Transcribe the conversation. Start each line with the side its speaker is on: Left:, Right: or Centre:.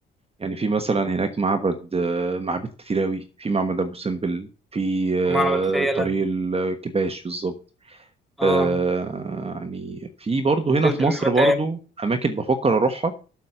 Right: يعني في مثلا هناك معبد آه، معابد كتير أوي في معبد أبو سمبل في آه،
Centre: معبد فيلة
Right: طريق الكباش بالظبط
Centre: اه
Right: آه، يعني في برضه هنا
Centre: جزيره
Right: في مصر
Centre: المتاع
Right: برضه أماكن بفكر أروحها